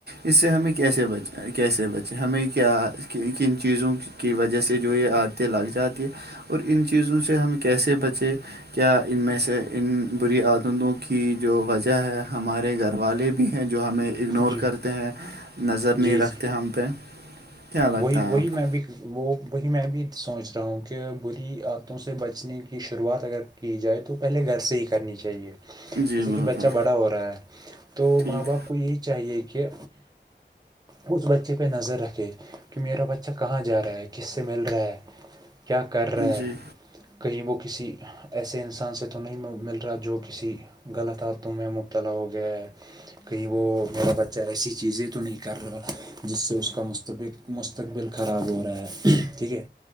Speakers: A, on the right; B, on the right.
A: اس سے ہمیں کیسے بچ کیسے بچے ہمیں کیا کن چیزوں کی وجہ سے جو یہ عتےیں لگ جاتی ہے اور ان چیزوں سے ہم کیسے بچیں کیا ان میں سے ان بری عادتوں کی جو وجہ ہے ہمارے گھر والے بھی ہیں جو ہمیں اگنور
B: جی
A: کرتے ہیں نظر
B: جی
A: نہیں رکھتے
B: جی
A: ہم پہ کیا لگتا
B: وہی وہی
A: ہے آپ
B: میں
A: کو
B: بھی وہ وہی میں بھی سوچ رہا ہوں کہ بری عتوں سے بچنے کی شروعات اگر کی جائے تو پہلے گھر سے ہی کرنی چاہیے
A: جی
B: جیسے
A: بالکل
B: کہ بچہ بڑا ہو رہا ہے تو
A: ٹھیک
B: ماں باپ کو یہ چاہیے کہ اس بچے پہ نظر رکھے کہ میرا بچہ کہاں جا رہا ہے کس سے مل رہا ہے کیا کر رہا ہے
A: جی
B: کہیں وہ کسی ایسے انسان سے تو نہیں مل رہا جو کسی غلط حادتوں میں مبتلا ہو گیا ہے کہیں وہ میرا بچہ ایسی چیزیں تو نہیں کر رہا جس سے اس کا مستبق مستقبل خراب ہو رہا ہے ٹھیک ہے